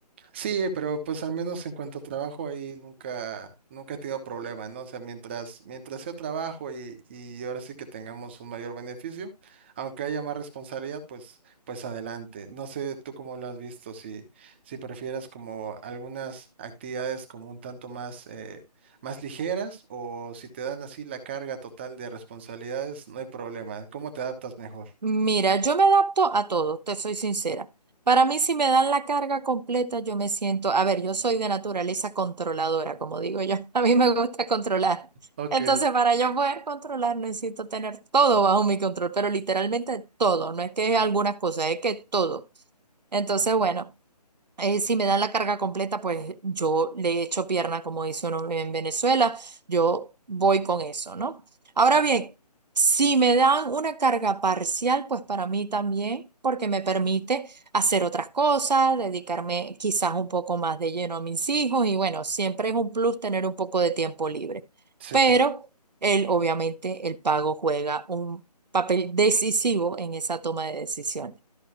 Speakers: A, on the right; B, on the right.
A: Sí, pero pues al menos en cuanto a trabajo ahí nunca, nunca he tenido problema, ¿no? O sea, mientras, mientras yo trabajo y, y ahora sí que tengamos un mayor beneficio, aunque haya más responsabilidad, pues, pues adelante. No sé tú cómo lo has visto, si, si prefieres como algunas actividades como un tanto más, eh, más ligeras o si te dan así la carga total de responsabilidades, no hay problema. ¿Cómo te adaptas mejor?
B: Mira, yo me adapto a todo, te soy sincera. Para mí, si me dan la carga completa, yo me siento, a ver, yo soy de naturaleza controladora, como digo yo, <laughs> a mí me gusta controlar.
A: Ok.
B: Entonces, para yo poder controlar, necesito tener todo bajo mi control, pero literalmente todo, no es que algunas cosas, es que todo. Entonces, bueno eh, si me dan la carga completa, pues yo le echo pierna, como dice uno en Venezuela, yo voy con eso, ¿no? Ahora bien, si me dan una carga parcial, pues para mí también, porque me permite hacer otras cosas, dedicarme quizás un poco más de lleno a mis hijos y bueno, siempre es un plus tener un poco de tiempo libre.
A: Sí,
B: Pero
A: sí.
B: él, obviamente, el pago juega un papel decisivo en esa toma de decisiones.